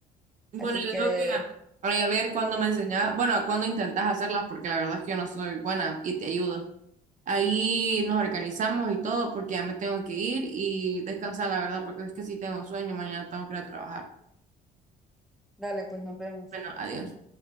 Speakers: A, on the right; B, in the centre.
A: Bueno,
B: Así
A: yo
B: que
A: creo que ay, a ver cuándo me enseñas, bueno, cuándo intentas hacerlas porque la verdad es que yo no soy buena y te ayudo. Ahí nos organizamos y todo porque ya me tengo que ir y descansar, la verdad, porque es que sí tengo sueño, mañana tengo que ir a trabajar.
B: dale, pues nos vemos.
A: Bueno, adiós.